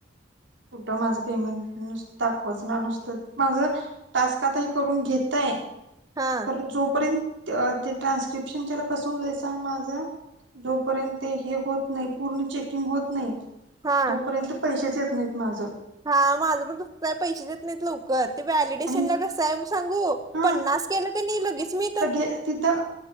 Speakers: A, on the right (about 80°); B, on the right (about 20°).
A: कुठ माझं पेमेंट नुसत दाखवच ना नुसतं माझ टास्क आता करून घेताय
B: हा
A: परर जोपर्यंत ते ट्रान्स्क्रिप्शनला कस होतय सांग माझं जोपर्यंत हे होत नाही पूर्ण चेकिंग होत नाही.
B: हा
A: तोपर्यंत पैसेच येत नाहीत माझं.
B: हा माझं पण तसच हाय पैसेच देत नाहीत लवकर ते व्हॅलिडेशन
A: आणि
B: ला कसं हाय. सांगू
A: हा
B: पन्नास केलं कनी लगेच मी
A: लगे तिथं